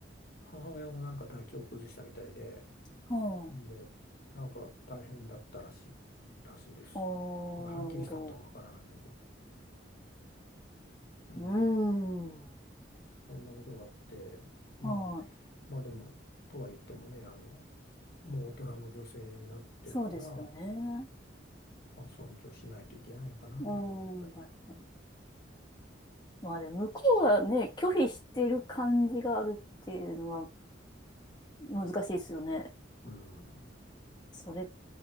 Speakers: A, on the left; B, on the left.
A: 母親もなんか体調崩したみたいで、
B: は
A: で、なんか大変だったらしい、らしいです。
B: あ。ああ、
A: それははっきりしたことはわからないんだけど、
B: なるほど。
A: うん、
B: うん。うん。
A: そんなことがあって、まあ、
B: はい。
A: まあでも、とは言ってもね、あの、もう大人の女性になってるから、
B: そうですよね。
A: まあ、尊重しないといけないかなとか思ったり。
B: うん。確かに。まあでも、向こうはね、拒否してる感じがあるっていうのは難しいですよね。
A: うん
B: それっ